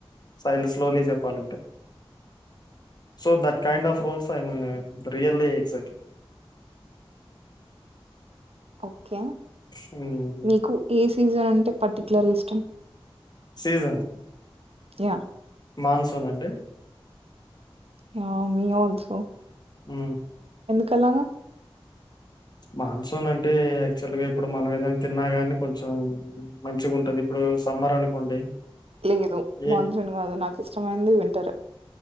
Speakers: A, on the left (about 45°); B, on the right (about 85°).
A: సైలు స్లోలీ చెప్ చెప్పాలంటే so that kind of roles I'm really excited
B: okay
A: హ్మ్.
B: మీకు ఏ సీజన్ అంటే పర్టిక్యులర్ ఇష్టం
A: సీజన్
B: యా
A: మాన్సూన్ అండి
B: యా మీ ఆల్సో
A: ఉ
B: కలాంగా
A: మాన్సూన్ అంటే యాక్చువల్ గా ఇప్పుడు మనం ఏదైనా తిన్నా కాగాని కొంచెం మంచిగా ఉంటది ఇప్పుడు సమ్మర్ అనుకోండి
B: లేదు
A: ఏ
B: మాన్సూన్ కాదు నాకు ఇష్టమైంది వింటర్